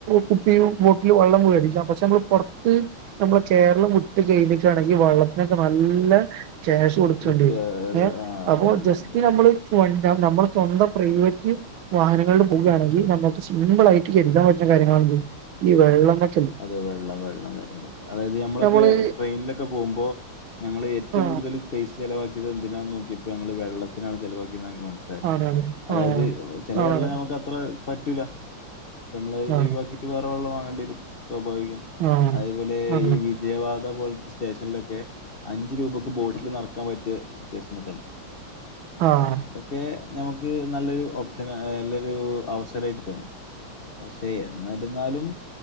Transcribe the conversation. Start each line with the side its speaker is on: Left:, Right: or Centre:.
Right: കുപ്പിയും ബോട്ടില് വെള്ളം വേടിയ്ക്കാം പക്ഷെ നമ്മള് പുറത്ത് നമ്മള കേരളം ഒട്ട് ചെയ്തിട്ടാണെങ്കിൽ വള്ളത്തിനൊക്കെ നല്ലാ ക്യാഷ് കൊടുക്കേണ്ടി
Left: വിറ്റ്
Right: വരും ഏഹ്
Left: ആഹ്
Right: അപ്പോ
Left: ഉണ്ട് ഉണ്ട്
Right: ജസ്റ്റ്
Left: ഉണ്ട് ഉണ്ട്
Right: നമ്മള് പോണ്ട നമ്മുടെ സ്വന്തം പ്രൈവറ്റ് വാഹനങ്ങളിൽ പോവുകയാണെങ്കിൽ നമുക്ക് സിമ്പിൾ ആയിട്ട് ചെരുതാൻ പറ്റുന്ന കാര്യങ്ങളാണ് ഈ വെള്ളങ്ങൾ
Left: അതെ വെള്ളം വെള്ളം കാര്യങ്ങളൊക്കെ അതായത് നമ്മളൊക്കെ
Right: നമ്മള്
Left: ട്രെയിനിൽ ട്രെയിനിൽ പോകുമ്പോ ഞങ്ങൾ ഏറ്റവും
Right: ആ
Left: കൂടുതൽ പൈസ ചിലവാക്കിയത് എന്തിനാന്ന് നോക്കിയ ഞങ്ങള് വെള്ളത്തിനാണ് ചിലവക്കിയത് എന്ന് ഞങ്ങൾക്ക് മനസിലായത്
Right: ആണാണ്
Left: അതായത്
Right: ആ
Left: ചില വെള്ളം
Right: ആണ്
Left: നമുക്ക് അത്ര അത്ര പറ്റൂല്ല നമ്മള്
Right: ആ
Left: ഒഴിവാക്കിയിട്ട് വേറെ വെള്ളം വാങ്ങേണ്ടി വരും സ്വാഭാവികം
Right: ആ
Left: അതേപോലെ
Right: ആണ്
Left: ഈ വി ജയവാദ പോലത്തെ സ്റ്റേഷനിലൊക്കെ അഞ്ച് രൂപയ്ക്ക് ബോട്ടിൽ നറക്കാൻ പറ്റിയ സിറ്റുവേഷന ഒക്കെ ഉണ്ട് <inaudible>
Right: ആഹ്
Left: അതൊക്കെ നമുക്ക് നല്ലൊരു ഓപ്ഷനാ നല്ലൊരു അവസരേയിട്ട് തോന്നി പക്ഷെ എന്നര്ന്നാലും